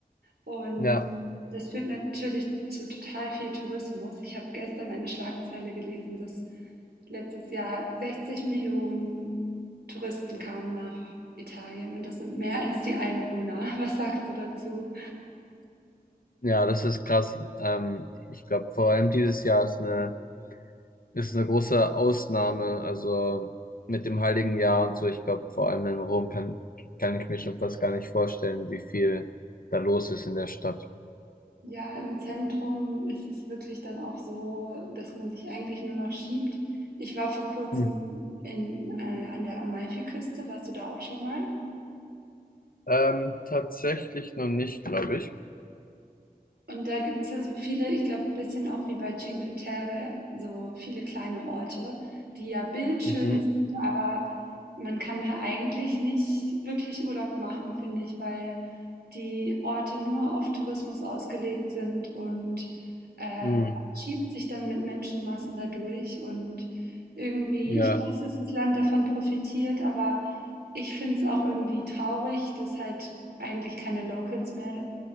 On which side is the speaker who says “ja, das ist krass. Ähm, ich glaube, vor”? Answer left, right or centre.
Left